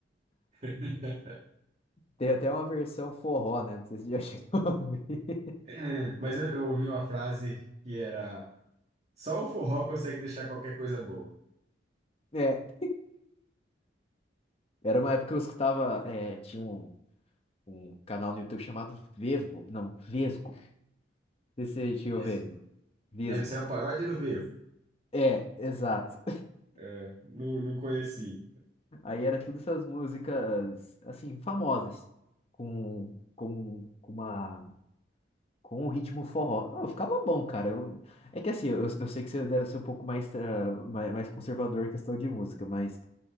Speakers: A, on the right (about 35°); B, on the left (about 35°).
A: <laughs>
B: Tem até uma versão forró, né? Não sei se você já <laughs> chegou a ouvir.
A: É, mas eu, eu ouvi uma frase que era: só o forró consegue deixar qualquer coisa boa.
B: É, era uma época que eu escutava, é, tinha um, um canal no YouTube chamado Vevo, não, Vesgo. Não sei se Você chegou
A: Isso
B: a ver? Vesgo.
A: deve ser uma paródia do Vevo.
B: É, exato.
A: É, não, não conheci.
B: <laughs> Aí era todas essas músicas, assim, famosas, com, com, com uma, com um ritmo forró. Eu ficava bom, cara. Eu- é que assim, eu, eu sei que você deve ser um pouco mais, ah, mais, mais conservador em questão de música, mas